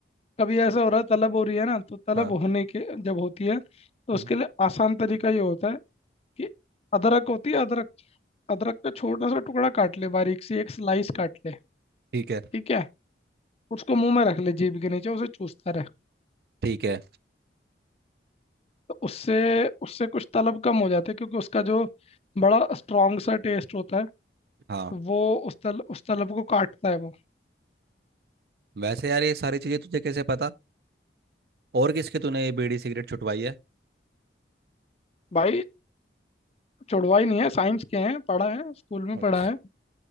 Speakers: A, on the left; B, on the right.
A: कभी ऐसा हो रहा है तलब हो रही है ना तो तलब
B: हाँ
A: होने के जब होती है तो उसके
B: हम्म,
A: लिए आसान तरीका ये होता है कि अदरक होती है अदरक अदरक का छोटा सा टुकड़ा काट ले बारीक सी एक स्लाइस काट ले
B: ठीक है
A: ठीक है उसको मुंह में रख ले जीभ के नीचे उसे चूसता रहे
B: ठीक है
A: तो उससे उससे कुछ तलब कम हो जाती है क्योंकि उसका जो बड़ा स्ट्रॉन्ग सा टेस्ट होता है
B: हाँ
A: तो वो उस तल, उस तलब को काटता है वो
B: वैसे यार ये सारी चीज़ें तुझे कैसे पता और किसके तूने ये बीड़ी सिगरेट छुटवाई है
A: भाई छुड़वा ही नहीं है साइंस के हैं पढ़ा है स्कूल में
B: अच्छा
A: पढ़ा है